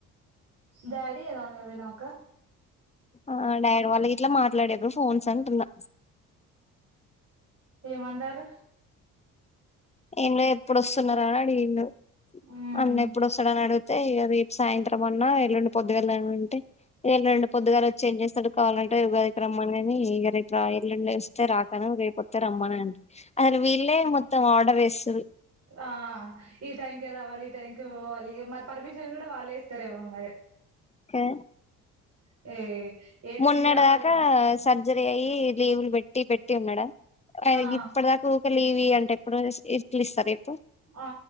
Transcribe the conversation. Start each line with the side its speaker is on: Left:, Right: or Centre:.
Right: డాడీ ఏదో అన్నారు విను అక్క
Left: ఆ డాడ్ వాళ్ళ గిట్లా మాట్లాడేరు ఫోన్స్ అంటున్నా
Right: ఏమండారు
Left: ఎం లేదు ఎప్పుడొస్తున్నార అని అడిగిండు
Right: ఉమ్
Left: అన్న ఎప్పుడొస్తాడని అడుగు అయితే ఇగ రేపు సాయంత్రం అన్నా ఎల్లుండి పొద్దు గాల అంటే ఎల్లుండి పొదుగాల వచ్చి ఏం చేస్తాడు కావాలంటే ఉగాది రమ్మను గాని ఇగ రేపు రా ఎల్లుండి వస్తే రాకు అను రేపు పొత్తె రమ్మని అంట అరె వీళ్లే మొత్తం ఆడర్ ఎస్తరు
Right: ఆ ఈ టైం కే రావాలి ఈ టైం కే పోవాలి మరి పర్మిషన్ గూడా వాళ్ళే ఇస్తారేమో మరి
Left: కె
Right: ఏ ఏ
Left: మున్నడిదాక
Right: టైంకి రావాలి
Left: సన్ సర్జరీ అయ్యి లీవులు పెట్టి పెట్టి ఉన్నాడా ఆయన
Right: ఆ
Left: ఇప్పటి దాక లీవి అంటే ఎప్పుడు ఇట్లి ఇస్తారుజెప్పు
Right: ఆ